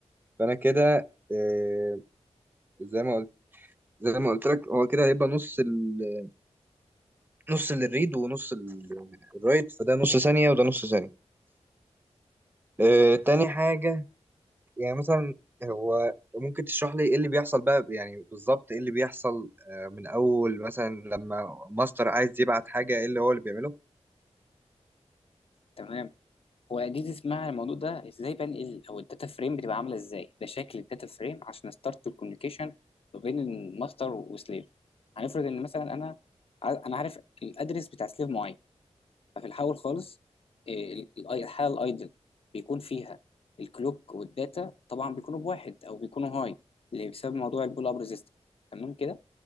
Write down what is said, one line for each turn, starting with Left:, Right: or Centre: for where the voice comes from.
Right: فأنا كده إيه، زي ما قلت زي ما قلت لك هو كده هيبقى نص ال... نص للريد ونص ال- الرايت فده نص ثانية وده نص ثانية إيه، تاني حاجة يعني مثلا هو ممكن تشرح لي ايه اللي بيحصل بقى يعني بالظبط ايه اللي بيحصل آه، من اول مثلا لما ماستر عايز يبعت حاجة ايه اللي هو اللي بيعمله
Left: تمام هو دي اسمها الموضوع ده ازاي بنقل او الداتا فريم بتبقى عامله ازاي ده شكل الداتا فريم عشان ستارت الكوميونيكيشن ما بين الماستر وسليف هنفرض ان مثلا انا ع- انا عارف الادرس بتاع سليف معين ففي الاول خالص إيه، ال- ال- الحاله الايدل بيكون فيها الكلوك والداتا طبعا بيكونوا بواحد او بيكونوا هاي اللي بسبب موضوع البول اب ريزيستنس تمام كده